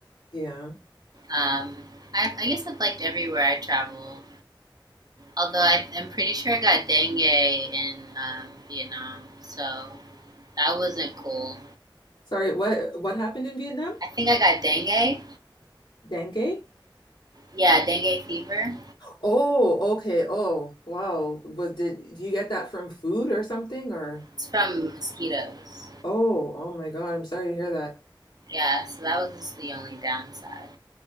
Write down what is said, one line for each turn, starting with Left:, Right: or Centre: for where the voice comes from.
Left: Yeah.
Right: Um, I, I guess I've liked everywhere I traveled. Although I, I'm pretty sure I got dengue in um, Vietnam, so that wasn't cool.
Left: Sorry, what what happened in Vietnam?
Right: I think I got dengue.
Left: Dengue?
Right: Yeah, dengue fever.
Left: Oh, okay. Oh, wow. Was did do you get that from food or something or
Right: It's from mosquitoes.
Left: Oh, oh my God, I'm sorry to hear that.
Right: Yeah, so that was just the only downside.